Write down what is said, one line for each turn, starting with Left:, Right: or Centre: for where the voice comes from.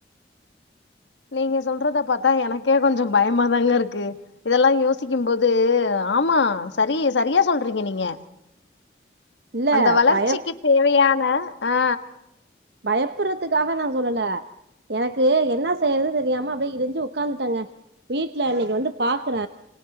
Left: நீங்க சொல்றத பாத்தா எனக்கே கொஞ்சோ பயமா தாங்க இருக்கு இதல்லா யோசிக்கும்போது ஆமா சரி சரியா சொல்றீங்க நீங்க
Right: இல்ல
Left: அந்த வளர்ச்சிக்கு
Right: பய
Left: தேவயான ஆ
Right: பயப்புற்றதுக்காக நா சொல்லல எனக்கு என்னா செய்யற்து தெரியாம அப்டே இடிஞ்சு உக்காந்துட்டாங்க வீட்டல இன்னிக்கு வந்து பாக்குற